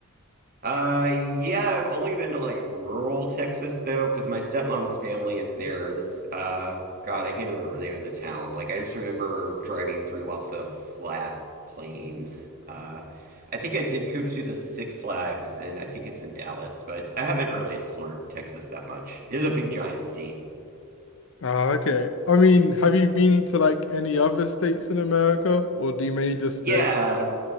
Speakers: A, on the right (about 40°); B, on the left (about 65°).
A: Uh, yeah, I've only been to like rural Texas though, because my stepmom's family is there. This, uh, God, I can't remember the name of the town. Like, I just remember driving through lots of flat plains. Uh, I think I did go to the Six Flags, and I think it's in Dallas, but I haven't really explored Texas that much. It's a big, giant state.
B: Ah, okay. I mean, have you been to like any other states in America, or do you mainly just stay?
A: Yeah,